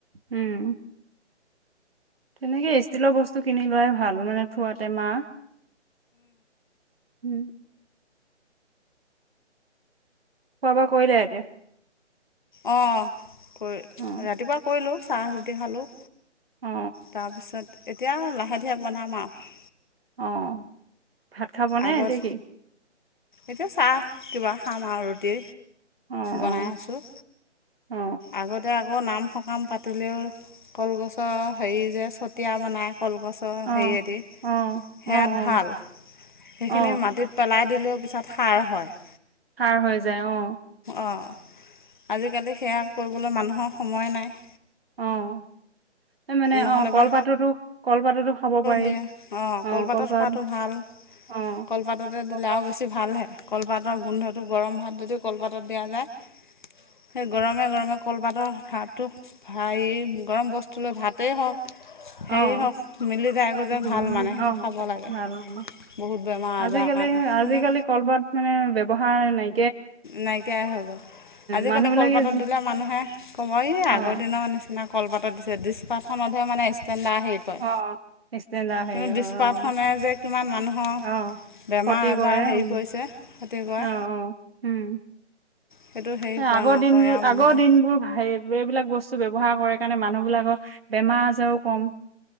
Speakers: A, on the right; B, on the left.
A: উম, তেনেকে ষ্টিলৰ বস্তু কিনি লোৱাই ভাল, মানে থোৱা টেমা‌ উম। খোৱা বোৱা কৰিলে এতিয়া?
B: অহ, কৰি
A: অ
B: ৰাতিপুৱা কৰিলোঁ, চাহ ৰুটি খালোঁ।
A: অ
B: তাৰপিছত এতিয়া, লাহে ধীৰে বনাম আৰু।
A: অহ, ভাত খাব নে
B: আগত
A: এতিয়া কি।
B: এতিয়া চাহ কিবা খাম আৰু ৰুটি
A: অ
B: বনাই
A: অ
B: আছোঁ।
A: অ
B: আগতে আকৌ নাম সকাম পাতিলেও কলগছৰ হেৰি যে চতিয়া বনায়। কলগছৰ
A: অ
B: হেৰি সেয়া দি,
A: অ
B: সেয়াত
A: অ অ
B: ভাল সেইখিনি
A: অ
B: মাটিত পেলাই দিলেওঁ পিছত সাৰ হয়।
A: সাৰ হৈ যায় অহ।
B: অঁ আজিকালি সেয়া কৰিবলৈ মানুহৰ সময় নাই।
A: অহ। এই মানে
B: নহ'লে
A: অহ, কলপাততো
B: বা
A: কলপাততো খাব, পাৰি
B: দিয়ে অঁ
A: অহ
B: কলপাতত
A: কলপাত।
B: খোৱাটো ভাল
A: অ
B: কলপাততে
A: অ',
B: দিলে আৰু বেছি ভাল হে কলপাতৰ গোন্ধটো গৰম ভাত যদি কলপাতত দিয়া যায়। সেই গৰমে গৰমে কলপাতৰ ভাতটো হেৰি, গৰম বস্তু লৈ ভাতেই হওঁক।
A: অ',
B: হেৰি হওঁক মিলি যায় গৈ
A: উম,
B: যে, ভাল মানে সেইটো
A: অ',
B: খাব লাগে।
A: ভাল অ',
B: বহুত বেমাৰ
A: আজিকালি
B: আজাৰৰ কাৰণে
A: আজিকালি
B: কিন্তু
A: কলপাত মানে ব্যৱহাৰ নাই।
B: নাইকিয়াই হয় গ'ল। আজিকালি
A: মানুহ বিলাকে
B: কলপাতত
A: যি
B: দিলে মানুহে ক'ব, ই
A: অ',
B: আগৰ দিনৰ নিচিনা কলপাতত দিছে। ডিছ পতখনতহে মানে ইচ পেন্দা হেৰি কয়।
A: অ', ষ্টেণ্ডাৰ হেৰি
B: কিন্তু
A: হয়
B: ডিছ পাতখনে
A: অ',
B: যে কিমান মানুহৰ
A: অ',
B: বেমাৰ
A: ক্ষতি
B: আজাৰ
A: কৰে,
B: হেৰি
A: উম
B: কৰিছে ক্ষতি কৰে
A: অহ অহ উম।
B: সেইটো হেৰি
A: আগৰ
B: কৰা নকৰে
A: দিনবোৰ,
B: আৰু
A: আগৰ
B: মানুহে
A: দিনবোৰ ভা এইবিলাক বস্তু ব্যৱহাৰ কৰে কাৰণে মানুহবিলাকৰ বেমাৰ আজাৰো কম।